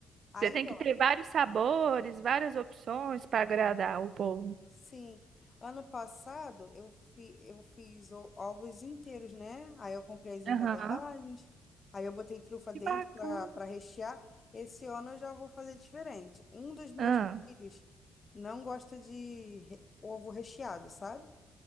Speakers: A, on the left; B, on the right.
A: aí,
B: Você tem
A: ó.
B: que ter vários sabores, várias opções para agradar o povo.
A: Sim, ano passado eu, fi, eu fiz o- ovos inteiros, né? Aí eu comprei as embalagens,
B: Aham.
A: aí eu botei trufa
B: Que
A: dentro
B: bacana.
A: para para rechear. Esse ano eu já vou fazer diferente. Um dos meus
B: Ah,
A: filhos não gosta de re- ovo recheado, sabe?